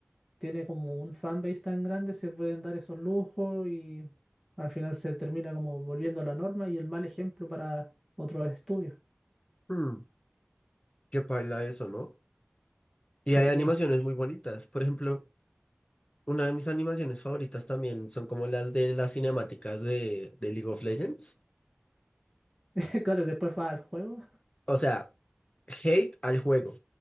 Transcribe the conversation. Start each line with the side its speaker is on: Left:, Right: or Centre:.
Centre: tiene como un fanbase tan grande se pueden dar esos lujos y al final se termina como volviendo la norma y el mal ejemplo para otros estudios.
Left: Hmm, qué paila eso, ¿no? Y
Centre: Sí,
Left: hay animaciones muy bonitas. Por ejemplo, Una de mis animaciones favoritas también son como las de las cinemáticas de, de League of Legends.
Centre: <laughs> claro, y después va al juego.
Left: O sea, hate al juego,